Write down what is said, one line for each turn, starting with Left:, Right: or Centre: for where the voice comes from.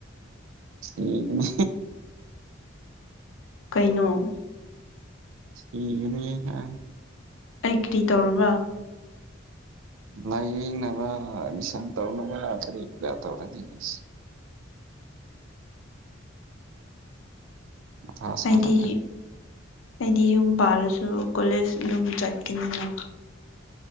Right: ꯁꯤꯒꯅꯤ
Left: ꯀꯩꯅꯣ
Right: ꯁꯤꯒꯅꯤꯍꯦ ꯅꯪ
Left: ꯑꯩ ꯀꯔꯤ ꯇꯧꯔꯕ꯭ꯔꯥ
Right: ꯂꯥꯏꯌꯦꯡꯅꯕ ꯑꯦꯗꯃꯤꯁꯟ ꯇꯧꯅꯕ ꯀꯔꯤ ꯀꯔ ꯇꯧꯔꯗꯤ ꯑꯦꯁ ꯃꯊꯥ ꯁꯥꯔꯛꯀꯅꯤ
Left: ꯑꯩꯗꯤ ꯑꯩꯗꯤ ꯌꯨꯝ ꯄꯥꯜꯂꯁꯨ ꯀꯣꯂꯦꯖ ꯑꯗꯨꯝ ꯆꯠꯀꯤꯅꯤꯅ